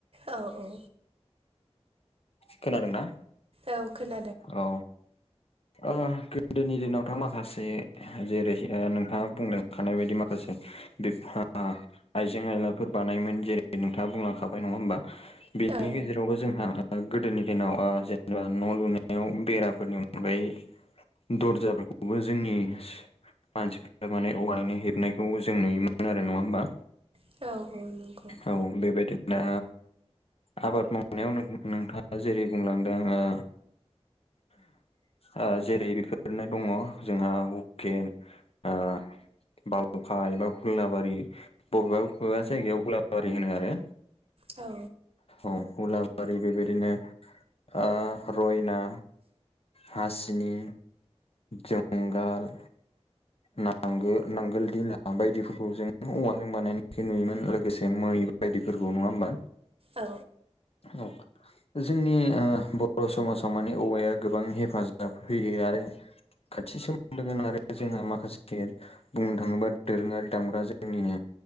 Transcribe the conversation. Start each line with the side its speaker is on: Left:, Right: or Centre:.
Right: औ औ
Left: खोनादों ना
Right: औ खोना
Left: औ ओ गोदोनि दिनावथ' माखासे जेरै ओ नोंथाङा बुंलांखानायबायदि माखासे <unintelligible> आइजें आयलाफोर बानायोमोन जेरै नोंथाङा बुंलांखाबाय नङा होमबा बेनि
Right: औ
Left: गेजेरावबो जोंहा गोदोनि दिनाव ओ जेनेबा न' लुनायाव बेराफोरनि अनगायै दर्जाफोरखौबो जोंनि मानसिफोरा माने औवानि हेबनायखौ जों नुयोमोन आरो नङा होमबा
Right: औ औ नंगौ
Left: औ बेबायदिनो आबाद मावनायाव नों-नोंथाङा जेरै बुंलांदों ओ ओ जेरै- बेफोरनो दङ जोंहा हुकेन ओ बावखा एबा हुलाबारि बबेबा बबेबा जायगायाव हुलाबारि होनो आरो
Right: औ
Left: औ हुलाबारि बेबायदिनो ओ रयना हासिनि जंगाल नांगोल नांगोल धिला बायदिफोरखौ जों औवाजों बानायनाय <unintelligible> नुयोमोन लोगोसे मै बायदिफोरखौ नङा होनबा
Right: औ
Left: औ जोंनि ओ बर' समाजाव माने औवाया गोबां हेफाजाब होयो आरो खाथि सोमोन्दो गोनां आरो जोंहा माखासे बुंनो थाङोबा दोरोङारि दामग्रा जोंनिनो